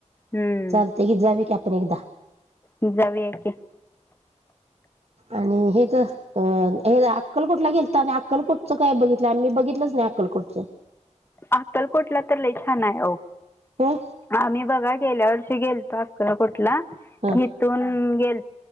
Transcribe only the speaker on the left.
हम्म
जावया की.
अक्कलकोटला तर लय छान आय आवो.
आम्ही बघा गेल्या वर्षी गेलतो अक्कलकोटला
हितून गेल